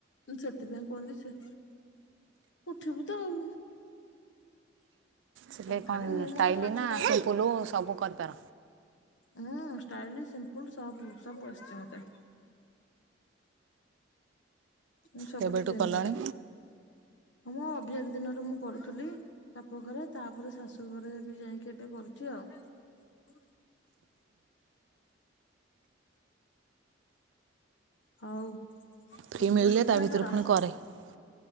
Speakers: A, on the left (about 70°); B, on the right (about 70°).
A: ସେଥିପାଇଁ କୁହନ୍ତି ସେ ଉଠିବୁ ତ ଆଉ
B: ସିଲେଇ
A: ତଥାପି
B: କଣ
A: ମୁଁ
B: ଷ୍ଟାଇଲି
A: ମୋର ସାଢେ
B: ନା
A: ଛଅଟା
B: ସିମ୍ପୁଲୁ ସବୁ କରିପାର?
A: ଉୁଁ ଷ୍ଟାଇଲ ସିମ୍ପଲ ସବୁ ସବୁ ଆସିଛି ମତେ। ମୁଁ ସବୁ
B: କେବେଠୁ
A: ଡିଜାଇନ
B: କଲଣି?
A: କରେ। ହଁ ମୁଁ ଅଭିଆରି ଦିନରୁ ମୁଁ କରୁଥିଲି ବାପଘରେ ତାପରେ ଶାଶୁ ଘରେ ବି ଯାଇକି ଏବେ କରୁଛି ଆଉ। ହଉ
B: ଫ୍ରି
A: ଆଉ ତୁମେ
B: ମିଳିଲେ
A: ପିଠା
B: ତା ଭିତରୁ
A: କର?
B: ପୁଣି କରେ। ମୁଁ